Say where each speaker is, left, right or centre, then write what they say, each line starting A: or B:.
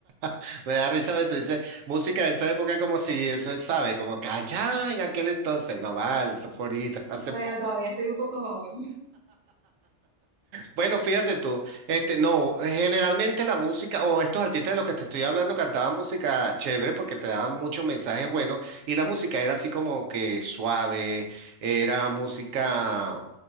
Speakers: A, on the right (about 80°); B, on the right (about 60°).
A: <laughs> Me da risa, tú dices, música de esa época como si eso, ¿sabes? Como que allá en aquel entonces, no vale, eso fue ahorita, <laughs> hace
B: Bueno, todavía estoy un poco joven.
A: Bueno, fíjate tú, este, no, generalmente la música o estos artistas de los que te estoy hablando cantaban música chévere porque te daban muchos mensajes buenos y la música era así como que suave, era música